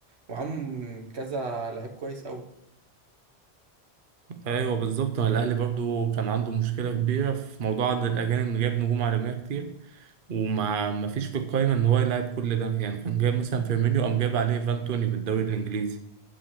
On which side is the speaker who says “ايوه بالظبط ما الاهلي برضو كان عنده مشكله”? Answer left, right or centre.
Right